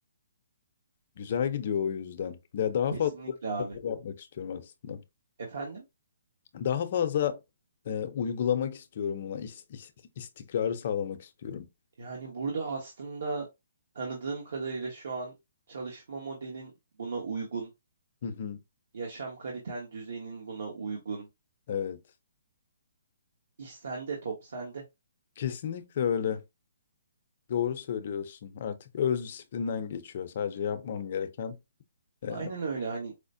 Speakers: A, on the left; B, on the right.
A: Güzel gidiyor o yüzden. Ya daha
B: Kesinlikle
A: fazla böyle
B: abi.
A: şeyler yapmak istiyorum aslında.
B: Efendim?
A: Daha fazla e, uygulamak istiyorum buna. İs- is- istikrarı sağlamak istiyorum.
B: Yani burada aslında tanıdığım kadarıyla şu an çalışma modelin buna uygun,
A: Hı hı.
B: yaşam kaliten düzeyinin buna uygun.
A: Evet.
B: İş sende, top sende.
A: Kesinlikle öyle. Doğru söylüyorsun. Artık öz disiplinden geçiyor. Sadece yapmam gereken e,
B: Aynen öyle hani